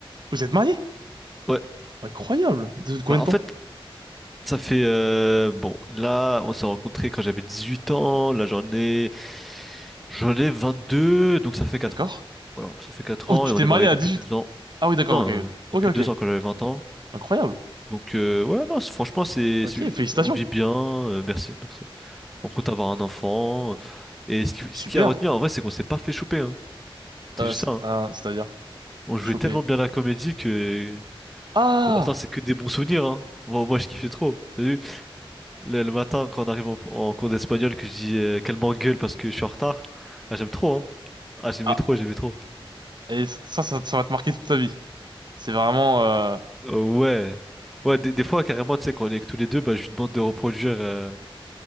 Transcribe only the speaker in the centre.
Ouais.
Bah
en
fait, ça fait... euh, Bon, là, on s'est rencontrés quand j'avais 18 ans. Là, j'en ai... J'en ai 22, donc ça fait 4
ans. Voilà, ça fait 4
ans
et on
est
mariés depuis
2 ans.
Non,
euh,
depuis
2
ans quand j'avais 20 ans.
Donc euh, ouais, non, c'est- franchement, c'est...
c'est-
On vit bien. euh, merci, merci. On compte avoir un enfant. Et ce qui,
ce qui a retenu en vrai, c'est qu'on s'est pas fait choper, hein. C'est
juste
ça, hein.
On jouait
tellement bien la comédie que
bon, maintenant c'est que des bons souvenirs, hein. Moi, moi je kiffais trop. T'as vu, le, le matin quand on arrive en, en cours d'espagnol que je dis euh, qu'elle m'engueule parce que je suis en retard. Ah, j'aime trop, hein. Ah, j'aimais
trop, j'aimais trop.
Euh, ouais. Ouais, des, des fois, carrément, tu sais, quand on est que tous les deux, bah, je lui demande de reproduire euh,